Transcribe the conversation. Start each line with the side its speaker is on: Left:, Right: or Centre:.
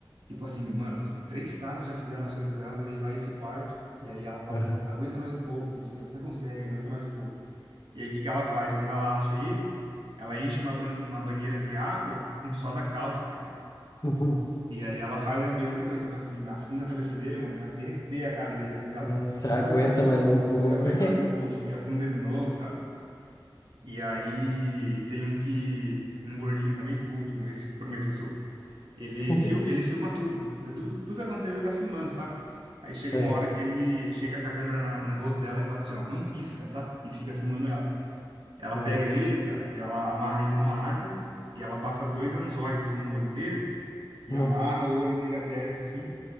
Right: tipo assim, mano, tipo, três caras já fizeram as coisas com ela, daí vai esse quarto, e aí ela fala
Left: Aham.
Right: assim, aguenta mais um pouco, tipo assim, você consegue, aguenta mais um pouco. E aí o que que ela faz? Quando ela acha ele, ela enche uma, ban- uma banheira de água com soda cáustica.
Left: Uhum.
Right: E aí ela faz a mesma coisa, tipo assim, afunda a cabeça dele, mano, quase derreter a cara dele, assim, dela.
Left: É, Você
Right: Só
Left: aguenta
Right: mais um pouco,
Left: mais um pouco.
Right: você aguenta mais um pouco. E afunda de novo, sabe? E aí tem um que, um gordinho também, o último, esse, prometo, vai ser o último. Ele,
Left: <laughs>
Right: fil, ele filma tudo. Tá Tudo, tudo acontecendo, ele tá filmando, sabe? Aí chega
Left: Sei.
Right: uma hora que ele chega com a câmera na- no rosto dela e fala assim, ó, não pisca, tá? E fica filmando ela. Ela
Left: Hum.
Right: pega ele, cara, e ela amarra ele numa árvore, e ela passa dois anzóis, assim, no olho dele, e
Left: Nossa,
Right: amarra o olho dele aberto, assim,